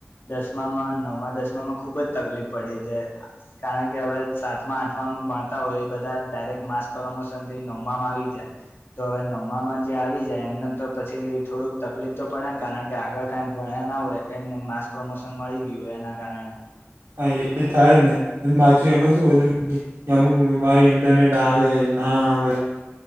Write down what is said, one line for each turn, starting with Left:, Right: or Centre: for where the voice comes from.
Left: દસમામાં, નવમા, દસમામાં ખુબ જ તકલીફ પડી જાય કારણ કે હવે સાતમા આઠમા ભણતા હોય એ બધા ડાયરેક્ટ માસ પ્રમોશન થી નવમામાં આવી જ્યા, તો હવે નવમાં જે આવી જાય એમને તો પછી થોડુંક તકલીફ તો પડે ને કારણ કે આગળ કઈ ભણ્યા ના હોય, એમને માસ પ્રમોશન મળી ગયું હોય એના કારણે
Right: હા એ થાય જ ને એ પાછું એમાં શું હતું અમુક વાર ઇન્ટરનેટ આવે ના આવે